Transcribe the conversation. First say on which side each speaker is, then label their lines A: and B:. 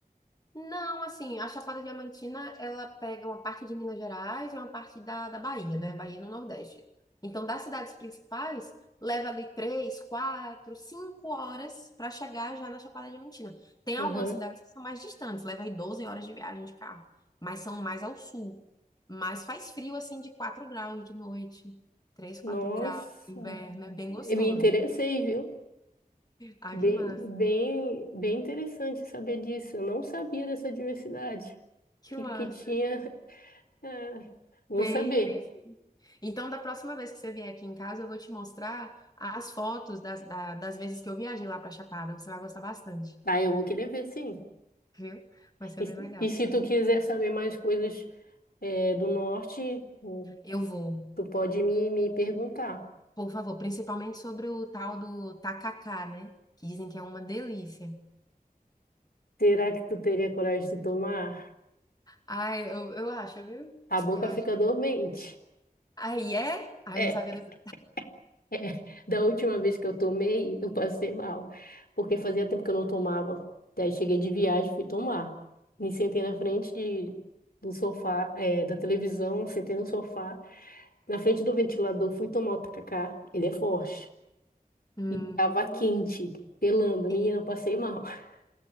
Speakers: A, on the left (about 25°); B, on the left (about 75°).
A: Não, assim, a Chapada Diamantina, ela pega uma parte de Minas Gerais e uma parte da, da Bahia, né? Bahia no Nordeste. Então, das cidades principais, leva ali três, quatro, cinco horas para chegar já na Chapada Diamantina. Tem
B: Aham.
A: algumas cidades que são mais distantes, leva aí 12 horas de viagem de carro, mas são mais ao sul. Mas faz frio, assim, de 4 graus de noite, 3,
B: Nossa,
A: 4 graus, inverno, é bem gostoso.
B: eu me interessei, viu?
A: Ah,
B: Bem,
A: que massa,
B: bem, bem interessante saber disso. Eu não sabia dessa diversidade
A: que
B: que,
A: massa.
B: que tinha. <laughs> É, vou
A: Tem,
B: saber.
A: tem Então, da próxima vez que você vier aqui em casa, eu vou te mostrar as fotos das, da- das vezes que eu viajei lá para Chapada. Você vai gostar bastante,
B: Ah, eu vou querer ver, sim.
A: viu? Vai ser
B: E,
A: bem legal.
B: e se tu quiser saber mais coisas, é, do norte, hum,
A: Eu vou,
B: tu pode me, me perguntar.
A: por favor, principalmente sobre o tal do tacacá, né? Que dizem que é uma delícia.
B: Será que tu teria coragem de tomar?
A: Ai, eu, eu acho, viu?
B: A boca
A: Eu acho.
B: fica dormente.
A: Aí é? Ai,
B: <laughs>
A: eu não sabia desse
B: <laughs> É, da última vez que eu tomei, eu passei mal, porque fazia tempo que eu não tomava. Daí cheguei de viagem, fui tomar. Me sentei na frente de, do sofá, é, da televisão, sentei no sofá, na frente do ventilador, fui tomar o tacacá, ele é forte.
A: Hum,
B: E tava quente, pelando, menina,
A: e-
B: eu passei mal. <laughs>